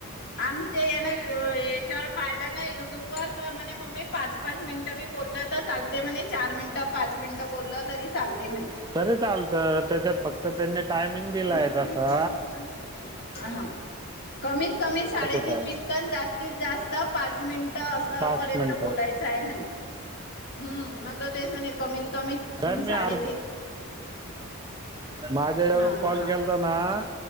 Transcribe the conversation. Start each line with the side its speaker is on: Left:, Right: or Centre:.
Left: आमच या ना याच्यावर पाहिलं ना युट्यूबवरर. तर म्हणी मम्मी पाच पाच मिनिट बी बोललं तर चालते म्हणे चार मिनिट पाच मिनिट बोललं तरी चालते म्हणे.
Right: तरी चालत त्याच्यात फक्त त्यांनी टायमिंग दिलाय
Left: कमीत
Right: तसा
Left: कमी तीन मिनिटांनी जास्त जास्त दहा मिनट. कमीत कमी साडेतीन
Right: होता
Left: मिनट न जास्तीत जास्त पाच मिनट अस
Right: पाच
Left: पर्यंत
Right: मिनिट
Left: बोलायचाय म्हणे, म्ह, म दोन मि तेच म्हणे कमी
Right: मी
Left: साडेतीन
Right: आ माझ्याून
Left: हा
Right: कॉल.
Left: हा.
Right: गलता ना आ